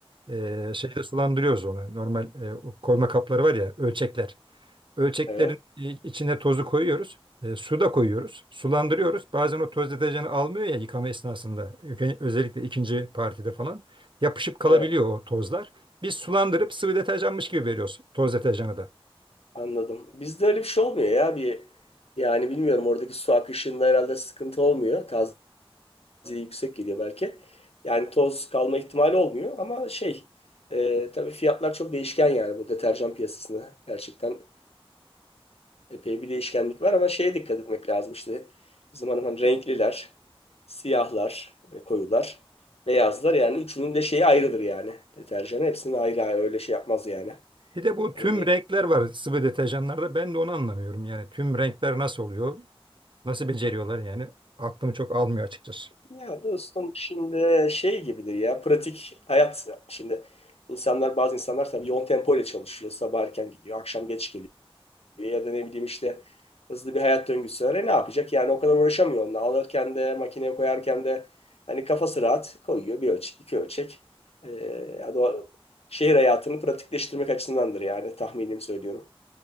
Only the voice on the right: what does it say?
E, şeyde sulandırıyoruz onu. Normal e, o koyma kapları var ya ölçekler. Ölçeklerin
i- içine tozu koyuyoruz. E, su da koyuyoruz. Sulandırıyoruz. Bazen o toz deterjanı almıyor ya yıkama esnasında. Öke- Özellikle ikinci partide falan. Yapışıp kalabiliyor
o tozlar. Biz sulandırıp sıvı deterjanmış gibi veriyoruz toz deterjanı da.
Bir de bu tüm
renkler var sıvı deterjanlarda. Ben de onu anlamıyorum. Yani tüm renkler nasıl oluyor? Nasıl beceriyorlar yani? Aklım çok almıyor açıkçası.